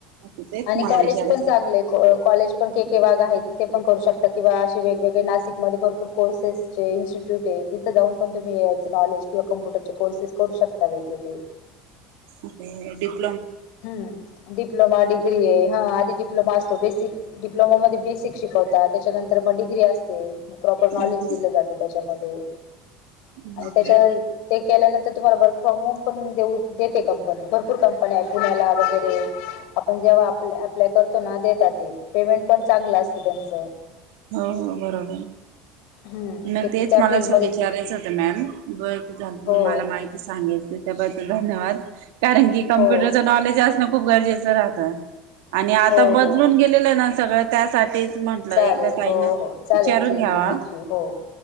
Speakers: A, on the right (about 80°); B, on the left (about 70°).
A: ओके तेच
B: आणि
A: मला
B: कॉलेज
A: विचारायचं
B: पण चांगले कॉलेज पण के के वाग आहे तिथे पण करू शकता किंवा असे वेगवेगळे नाशिकमध्ये भरपूर कोर्सेसचे इन्स्टिट्यूट आहेत तिथं जाऊन पण तुम्ही ए यायच नॉलेज किंवा कम्प्युटरचे कोर्सेस करू शकता वगवेगळे
A: अ
B: हम्म डिप्लोमा डिग्री आहे हा डिप्लोमा असतो बेसिक डिप्लोमा मध्ये बेसिक शिकवता त्याच्यानंतर मग डिग्री असते प्रॉपर
A: हम्म
B: नॉलेज दिलं जाते त्याच्यामध्ये
A: हम्म
B: आणि
A: ओके
B: त्याच्या ते केल्यानंतर तुम्हाला वर्क फ्रॉम होम ण देऊ देते कंपनी भरपूर कंपनी आहे पुण्याला वगैरे आपण जेव्हा आप अप्लाय करतो ना देेतात ते पेमेंट पण चांगलं असत त्यांचं
A: हो हो बरोबर
B: हम्म
A: मग
B: ते
A: तेच
B: त्या
A: मला
B: फील्डमध्ये
A: विचारायचं होतं मॅम ब झा मी
B: हो
A: मला माहिती सांगेल त्या त्याबद्दल धन्यवाद कारण की कम्प्युटरच
B: हो
A: नॉलेज असणं खूप गरजेचं राहतं आणि आता
B: हो
A: बदलून
B: हो
A: गेलेलं ना सगळं त्यासाठीच म्हंटलं
B: चालेल
A: एक काही
B: हो
A: ना
B: हो चालेल
A: विचारून
B: ठीक
A: घ्यावा
B: आहे थँक्यू हो